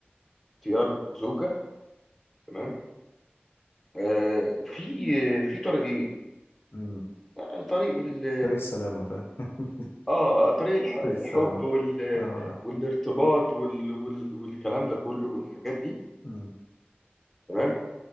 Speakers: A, in the centre; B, on the left.
A: اختيار زوجه تمام آه في في طريقين
B: أمم.
A: آه، طريق ال
B: طريق السلامه فاهم <laughs>
A: اه آه، طريق الح-
B: طريق السلامه
A: الحب وال
B: اه
A: والارتباط وال... وال... والكلام ده كله والحاجات دي
B: مم.
A: تمام